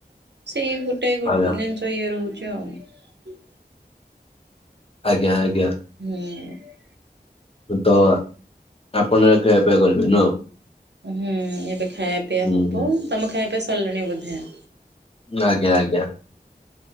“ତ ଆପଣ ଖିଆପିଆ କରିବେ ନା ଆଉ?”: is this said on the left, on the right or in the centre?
Left